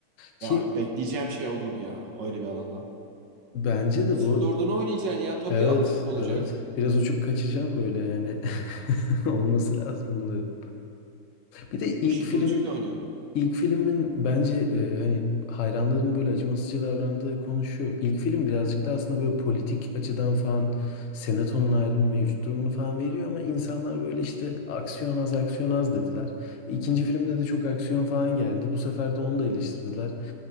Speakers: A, on the left (about 85°); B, on the right (about 65°).
A: Ki
B: Ya bekleyeceğim şey odur ya öyle bir alandan.
A: bence de
B: Sith
A: bu
B: Lord'unu oynayacaksın ya tabii
A: evet
B: atletik olacak.
A: evet biraz uçup kaçacağım böyle yani. <laughs> Olması lazım bunların. Bir de ilk
B: Işın
A: film
B: kılıcıyla oynuyorsun.
A: İlk filmin bence e, hani hayranların böyle acımasızca davrandığı konu şu. İlk film birazcık da aslında böyle politik açıdan falan senatonun halinin mevcut durumunu falan veriyor ama insanlar böyle işte aksiyon az aksiyon az dediler. İkinci filmde de çok aksiyon falan geldi. Bu sefer de onu da eleştirdiler.